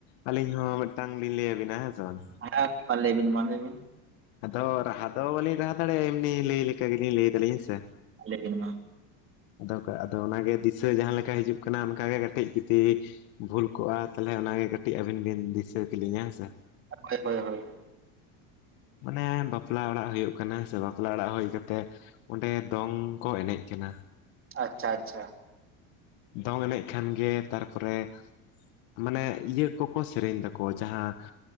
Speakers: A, on the left; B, on the right.
A: ᱟᱞᱤᱧ ᱦᱚᱸ ᱢᱤᱫᱴᱟᱝ ᱵᱤᱱ ᱞᱮᱭᱟ ᱵᱤᱱᱟ ᱟᱵᱤᱱ ᱦᱮᱸ ᱥᱮ ᱵᱟᱝ?
B: ᱦᱮᱸ ᱢᱟ ᱞᱟᱹᱭᱵᱤᱱ ᱢᱟ ᱞᱮᱭᱵᱤᱱ᱾
A: ᱟᱫᱚ ᱨᱟᱦᱟ ᱫᱚ ᱵᱟᱹᱞᱤᱧ ᱨᱟᱦᱟ ᱫᱟᱲᱮᱭᱟᱜᱼᱟ ᱮᱢᱱᱤ ᱞᱟᱹᱭ ᱞᱮᱠᱟ ᱜᱮᱞᱤᱧ ᱞᱟᱹᱭ ᱫᱟᱞᱤᱧ ᱦᱮᱸᱥᱮ᱾
B: ᱞᱮ ᱵᱤᱱ ᱢᱟ᱾
A: ᱟᱫᱚ ᱠᱟ ᱟᱫᱚ ᱚᱱᱟᱜᱮ ᱫᱤᱥᱟᱹ ᱡᱟᱦᱟᱸ ᱞᱮᱠᱟ ᱦᱤᱡᱩᱜ ᱠᱟᱱᱟ ᱚᱱᱠᱟᱜᱮ ᱠᱟᱹᱴᱤᱡ ᱡᱩᱫᱤ ᱵᱷᱩᱞ ᱠᱚᱜᱼᱟ ᱛᱟᱦᱚᱞᱮ ᱚᱱᱟᱜᱮ ᱠᱟᱹᱴᱤᱡ ᱟᱹᱵᱤᱱ ᱵᱤᱱ ᱫᱤᱥᱟᱹ ᱠᱮᱞᱤᱧᱟ ᱦᱮᱸᱥᱮ᱾
B: <unintelligible> ᱦᱳᱭ ᱦᱳᱭ ᱦᱳᱭ᱾
A: ᱢᱟᱱᱮ ᱵᱟᱯᱞᱟ ᱚᱲᱟᱜ ᱦᱩᱭᱩᱜ ᱠᱟᱱᱟ ᱥᱮ ᱵᱟᱯᱞᱟ ᱚᱲᱟᱜ ᱦᱩᱭ ᱠᱟᱛᱮ ᱚᱸᱰᱮ ᱫᱚᱝ ᱠᱚ ᱮᱱᱮᱡ ᱠᱟᱱᱟ᱾
B: ᱟᱪᱪᱷᱟ ᱟᱪᱪᱷᱟ᱾
A: ᱫᱚᱝ ᱮᱱᱮᱡ ᱠᱷᱟᱱᱜᱮ ᱛᱟᱨᱯᱚᱨᱮ ᱢᱟᱱᱮ ᱤᱭᱟᱹ ᱠᱚᱠᱚ ᱥᱮᱨᱮᱧ ᱫᱟᱠᱚ ᱡᱟᱦᱟᱸ